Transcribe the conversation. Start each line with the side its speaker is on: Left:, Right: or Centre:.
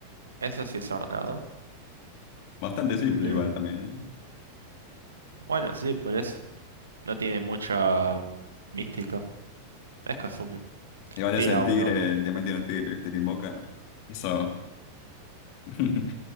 Right: Eso sí es ordenado.
Left: bastante simple
Right: Eh,
Left: igual también.
Right: Bueno, sí, por eso. No tiene mucha mística. Es Kazumi.
Left: Igual
Right: Tiene
Left: es el
Right: a
Left: tigre,
Right: unos.
Left: el diamante no tigre, ¿viste? Que invoca. Eso <laughs>